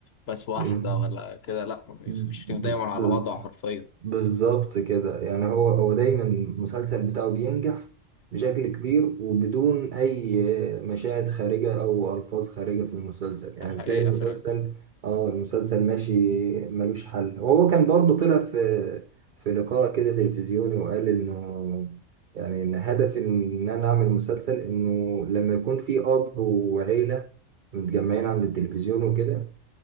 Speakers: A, on the left (about 55°); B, on the right (about 65°).
A: بس واحدة
B: مم.
A: ولا كده لا يوسف
B: ب-
A: الشريف دايما على
B: ب-
A: وضعه حرفيا
B: بالظبط كده يعني هو هو دايما المسلسل بتاعه بينجح بشكل كبير وبدون أي مشاهد خارجة أو ألفاظ خارجة في المسلسل يعني
A: ده حقيقة
B: بتلاقي المسلسل
A: فعلا
B: اه المسلسل ماشي ملوش حل وهو كان برضه طلع في في لقاء كده تلفزيوني وقال إنه يعني إن هدف إن أنا أعمل مسلسل إنه لما يكون في أب وعيلة متجمعين عند التلفزيون وكده